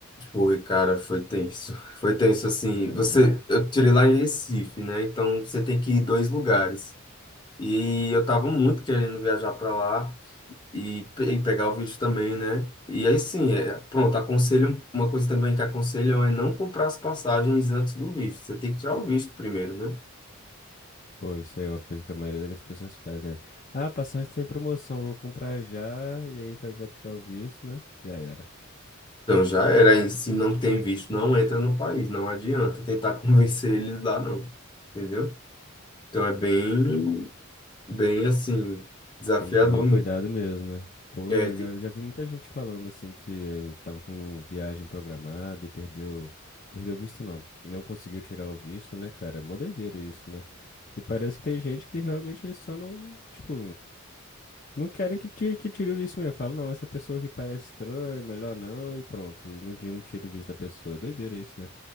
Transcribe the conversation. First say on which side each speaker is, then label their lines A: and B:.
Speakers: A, on the left; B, on the left.
A: Foi, cara, foi tenso. Foi tenso assim.
B: Caralho.
A: Você, eu tirei lá em Recife, né? Então você tem que ir dois lugares. E eu tava muito querendo viajar para lá e, pe- e pegar o visto também, né? E aí sim, é, pronto, aconselho, uma coisa também que aconselham é não comprar as passagens antes do visto. Você tem que tirar o visto primeiro, né?
B: Pô, isso aí é uma coisa que a maioria das pessoas faz, né? Ah, passagem tem promoção, vou comprar já, e aí vai, vai tirar o visto, né? Já era.
A: Então já era, e se não tem visto, não entra no país, não adianta tentar <laughs> convencer eles lá, não. Entendeu? Então é bem, bem assim, desafiador
B: Tem que ter uma
A: mesmo.
B: cuidado mesmo, né? Pô,
A: É,
B: eu já, já vi muita gente falando assim que tava com viagem programada e perdeu, perdeu o visto não. Não conseguiu tirar o visto, né, cara? Mó doideira isso, né? E parece que tem gente que realmente eles só não, tipo, não querem que tire, que tire o visto mesmo. Falam, não, essa pessoa que parece estranha, melhor não, e pronto. E não, não tira o visto da pessoa. É doideira isso, né?